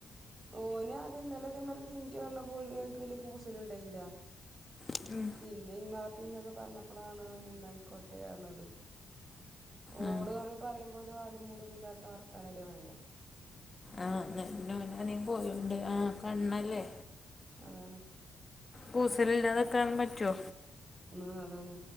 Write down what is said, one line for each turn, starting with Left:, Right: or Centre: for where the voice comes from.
Right: ഓന് അദ്യം ഇന്നലെ ഇതെ മാത് രിക്ക് ചിഞ്ചു പറഞ്ഞപ്പോ ഓനക്ക് വല്യയ കൂസൽ ഉണ്ടായിര്ന്നില്ല
Left: ഉം
Right: പിന്നെ വാപ്പയും ഉമ്മയും പറഞ്ഞപ്പളാണ് ഓൻ ആയിക്കോട്ടെ ന്ന് പറഞ്ഞത് ഓൾ
Left: ആഹ്
Right: ആണങ്കി പറയുമ്പോ ഒരു വാലും മൂടൊന്നും ഇല്ലാത്ത വർത്തനല്ലേ പറയാ
Left: ആഹ് <unintelligible> ഓനാണങ്കി പോയിണ്ട് ആ കണ്ണല്ലേ
Right: അതാണ്
Left: കൂസല ഇല്ലാതിക്കാൻ പറ്റോ
Right: ആഹ് അതാണ്